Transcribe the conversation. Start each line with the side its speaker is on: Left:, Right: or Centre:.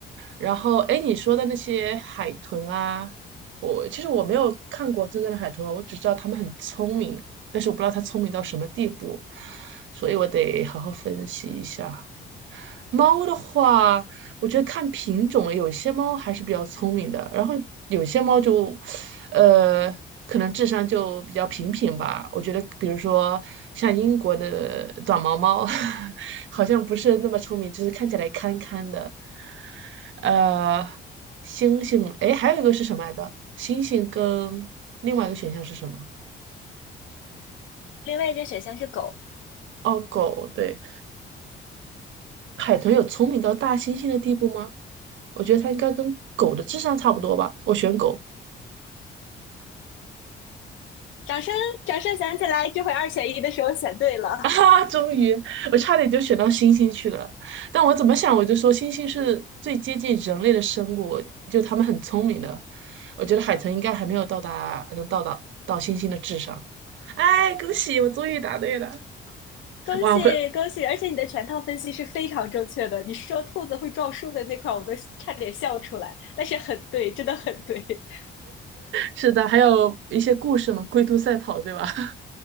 Right: 然后，哎，你说的那些海豚啊。我其实我没有看过真正的海豚啊，我只知道它们很聪明，但是我不知道它聪明到什么地步，所以我得好好分析一下。猫的话，我觉得看品种了有些猫还是比较聪明的，然后有些猫就，呃，可能智商就比较平平吧。我觉得，比如说像英国的短毛猫，<laughs> 好像不是那么聪明，就是看起来憨憨的。呃，星星，诶，还有一个是什么来着？星星跟另外一个选项是什么？
Left: 另外一个选项是狗。
Right: 哦，狗，对。海豚有聪明到大猩猩的地步吗？我觉得它应该跟狗的智商差不多吧。我选狗。
Left: 掌声，掌声响起来！这回二选一的时候选对了。
Right: <laughs> 啊，终于，我差点就选到猩猩去了。但我怎么想，我就说猩猩是最接近人类的生物，就它们很聪明的。我觉得海豚应该还没有到达，还能到达到猩猩的智商。哎，恭喜，我终于答对了！
Left: 恭喜恭喜！
Right: 哇，我会
Left: 而且你的全套分析是非常正确的。你说兔子会撞树的那块，我都差点笑出来。但是很对，真的很对。<laughs>
Right: 是的，还有一些故事嘛，龟兔赛跑，对吧？<laughs>